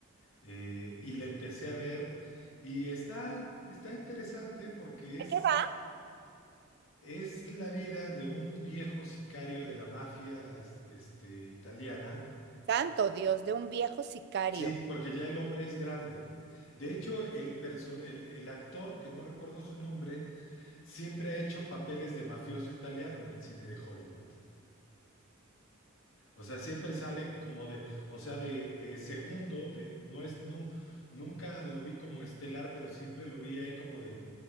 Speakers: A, on the left; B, on the right.
A: Eh, y la empecé a ver y está, está interesante porque es
B: qué va?
A: Es la vida de un viejo sicario de la mafia es- este, italiana.
B: Santo Dios, de un viejo sicario.
A: Sí, porque ya el hombre es grande. De hecho, el, perso- el, el actor, que no recuerdo su nombre, siempre ha hecho papeles de mafioso italiano en el cine de Hollywood. O sea, siempre sale como de, o sea, de, de segundo, de, no es, nu- nunca lo vi como estelar, pero siempre lo vi ahí como de,